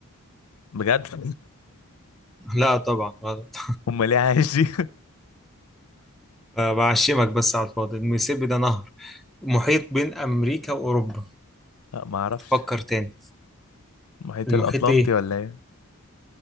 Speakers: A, on the left; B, in the centre.
A: بجد <laughs>
B: لا طبعا غلط
A: أمال إيه عايش دي؟
B: ب- بعشمك بس على الفاضي الميسيبي ده نهر محيط بين امريكا واوروبا
A: <laughs> لا معرفش
B: فكر تاني
A: المحيط
B: المحيط
A: الأطلنطي
B: ايه
A: ولا إيه؟